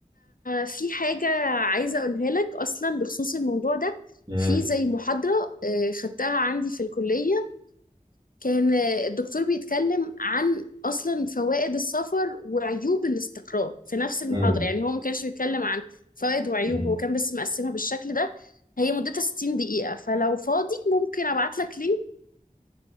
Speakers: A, on the left; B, on the right.
A: في حاجة عايزة أقولها لك أصلا بخصوص الموضوع ده
B: مم.
A: في زي محاضرة آه، خدتها عندي في الكلية كان آه، الدكتور بيتكلم عن أصلا فوائد السفر وعيوب الاستقرار في نفس المحاضرة
B: مم.
A: يعني هو ما كانش بيتكلم عن فوائد وعيوب
B: مم.
A: هو كان بس مقسمها بالشكل ده هي مدتها 60 دقيقة فلو فاضي ممكن أبعت لك لينك